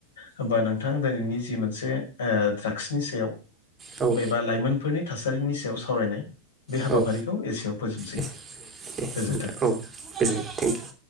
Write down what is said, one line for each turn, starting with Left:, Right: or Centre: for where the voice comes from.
Left: होमबा नोंथां दिनैनि जि मोनसे ओ ड्रागसनि सायाव
Right: औ
Left: बेबा लाइमोन फोरनि थासारिनि सायाव सावरायनाय बे हाबाफारिखौ
Right: औ
Left: एसेयाव फोजोबसै
Right: एस दे
Left: गोजोन्थों।
Right: नोंथां औ गोजोन थेंक इउ।